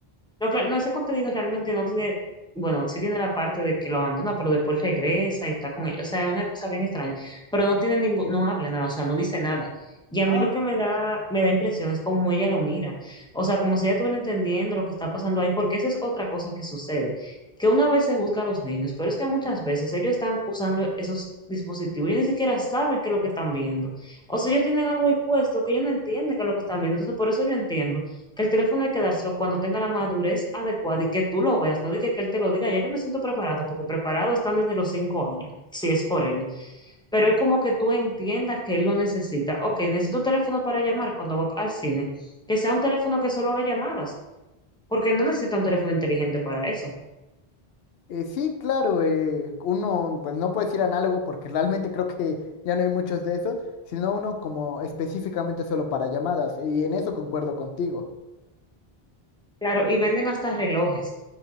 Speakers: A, in the centre; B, on the left (about 75°).
A: No, claro, no, ese contenido realmente no tiene, bueno, sí tiene la parte de que lo abandona, pero después regresa y está con ellos O sea, es una cosa bien extraña. Pero no tiene ningún, no habla nada, o sea, no dice nada. Y a
B: Ah,
A: mí lo que me da, me da impresión es cómo ella lo mira. O sea, como si ella estuviera entendiendo lo que está pasando ahí, porque esa es otra cosa que sucede. Que una vez se juzga a los niños, pero es que muchas veces ellos están usando esos dispositivos. Ellos ni siquiera saben qué es lo que están viendo. O sea, ellos tienen algo ahí puesto que ellos no entienden qué es lo que están viendo. Entonces, por eso yo entiendo que el teléfono hay que dárselo cuando tenga la madurez adecuada y que tú lo veas, no diga que él te lo diga, ya yo me siento preparado, porque preparado están desde los cinco años, si es por ellos. Pero es como que tú entiendas que él lo necesita. Ok, necesito un teléfono para llamar cuando va al cine, que sea un teléfono que solo haga llamadas, porque no necesita un teléfono inteligente para eso.
B: Eh, sí, claro, eh, uno, pues no puede decir análogo porque realmente creo que ya no hay muchos de esos, sino uno como específicamente solo para llamadas, y en eso concuerdo contigo.
A: Claro, y venden hasta relojes,